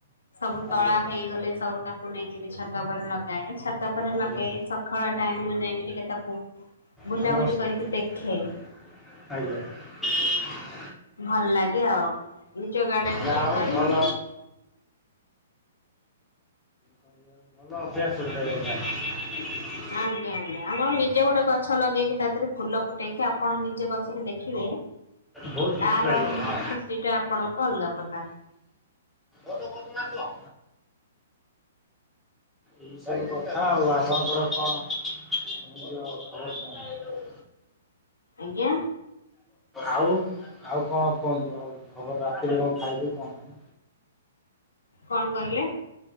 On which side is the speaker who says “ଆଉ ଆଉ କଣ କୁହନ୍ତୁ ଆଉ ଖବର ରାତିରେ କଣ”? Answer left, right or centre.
Centre